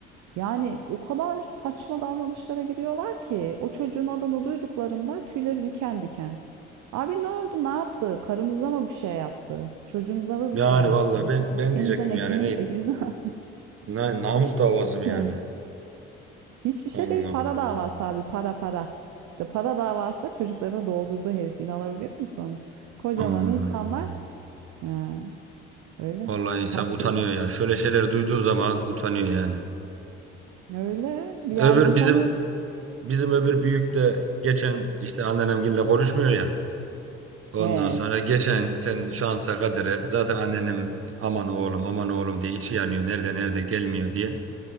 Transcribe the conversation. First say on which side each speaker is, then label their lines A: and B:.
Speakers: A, on the right; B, on the right.
A: Yani o kadar saçma davranışlara giriyorlar ki o çocuğun adını duyduklarında tüyleri diken diken. Abi ne oldu? Ne yaptı? Karınıza mı bir şey yaptı? Çocuğunuza mı
B: Yani
A: bir şey yaptı?
B: vallahi ben ben
A: Elinizden
B: diyecektim
A: ekmeğim
B: yani ne,
A: elinizden
B: ne namus davası
A: <laughs>
B: mı yani?
A: yani hiçbir şey
B: Allah
A: değil para
B: Allah.
A: davası abi para para. İşte para davası çocuklarını doldurdu herif inanabiliyor musun? Kocaman
B: Allah'ım.
A: insanlar ya öyle
B: Vallahi insan
A: kaç
B: utanıyor
A: kere
B: ya. Şöyle şeyleri duyduğu zaman utanıyor yani.
A: öyle yani
B: Öbür
A: utanıyorsun.
B: bizim Bizim öbür büyük de geçen işte anneannemgille konuşmuyor ya. Ondan
A: He
B: sonra geçen sen şansa kadere zaten anneannem aman oğlum aman oğlum diye içi yanıyor. Nerede nerede gelmiyor diye.